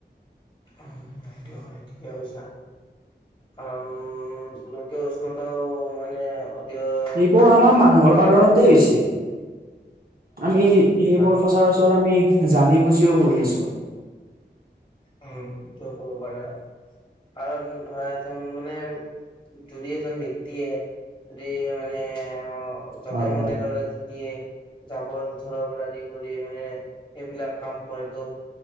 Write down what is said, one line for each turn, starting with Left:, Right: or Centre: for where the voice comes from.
Left: উ সেইটো হয় ঠিকে কৈছা কাৰণ উ গোলকীয় উষ্ণতাও মানে দ বহুত
Right: সেইবোৰ আমাৰ
Left: বহুত
Right: মানুহৰ
Left: খিনিয়ে
Right: কাৰণতে
Left: পৰে
Right: হৈছে আমি সেইবোৰ
Left: মানুহৰ
Right: সচৰাচৰ আমি জানি বুজিও কৰি আছো
Left: উম স কব পাৰা কাৰণ ধৰা এজন মানে যদি এজন ব্যক্তিয়ে যদি মানে যতে
Right: হয়
Left: ততে ধৰা যি দিয়ে জাবৰ -জোথৰ পৰা আদি কৰি মানে এইবিলাক কাম কৰে ত